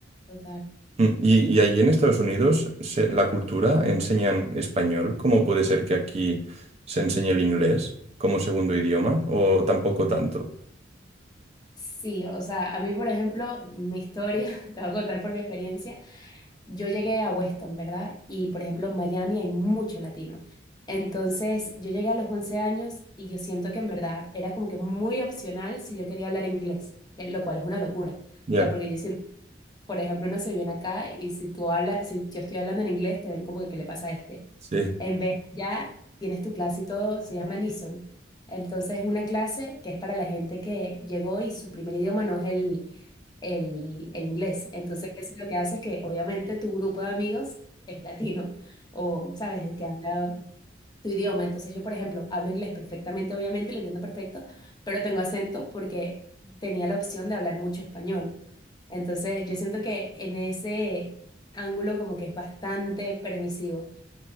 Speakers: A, on the left; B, on the right.
A: total.
B: Mm, Y, y allí en Estados Unidos, se- la cultura enseñan español. ¿Cómo puede ser que aquí se enseñe el inglés como segundo idioma? ¿O tampoco tanto?
A: Sí, o sea, a mí, por ejemplo, mi historia, <laughs> te voy a contar por mi experiencia, yo llegué a Weston, ¿verdad? Y, por ejemplo, en Miami hay mucho latino. Entonces, yo llegué a los 11 años y yo siento que en verdad era como que muy opcional si yo quería hablar inglés, que- lo cual es una locura. O
B: Ya,
A: sea, porque yo siento por ejemplo, uno se viene acá y si tú hablas, si yo estoy hablando en inglés, te ven como que, ¿qué le pasa a este?
B: sí.
A: En vez ya tienes tu clase y todo, se llama Nison. Entonces, es una clase que es para la gente que llegó y su primer idioma no es el, el, el inglés. Entonces, eso lo que hace es que, obviamente, tu grupo de amigos es latino o, ¿sabes?, que habla tu idioma. Entonces yo, por ejemplo, hablo inglés perfectamente, obviamente, lo entiendo perfecto, pero tengo acento porque tenía la opción de hablar mucho español. Entonces yo siento que en ese ángulo como que es bastante permisivo,